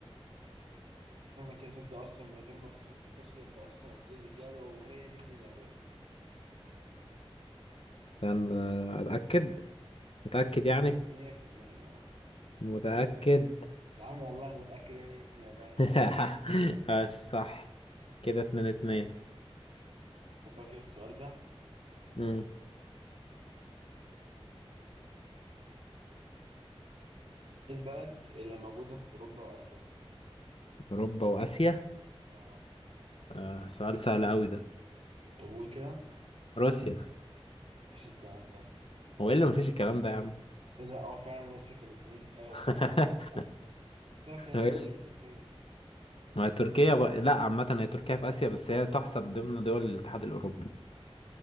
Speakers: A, on the right; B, on the left.
A: استنى كده عشان أنت أصلا من غير ما أقصد- ما تقصد أنت أصلا قلت لي الإجابة وهي الين الياباني
B: لأن أتأكد متأكد
A: 100%
B: يعني
A: 100% أه
B: متأكد
A: يا عم والله متأكد هي الين الياباني
B: <laughs> بس صح كده اتنين اتنين
A: خد بالك السؤال ده
B: مم.
A: إيه البلد اللي موجودة في أوروبا وآسيا؟
B: أوروبا وآسيا
A: أه
B: آه سؤال سهل أوي ده
A: طب قول كده
B: روسيا
A: مفيش الكلام ده
B: هو إيه اللي مفيش الكلام ده يا عم
A: تصدق اه فعلا هو الصيف الاثنين ايوه
B: <laughs>
A: صح صح صح صح قلت لك انا
B: هو
A: في
B: إيه اللي-
A: دماغي تركيا
B: ما هي تركيا بقى لا عامة هي تركيا في آسيا بس هي تحسب ضمن دول الاتحاد الأوروبي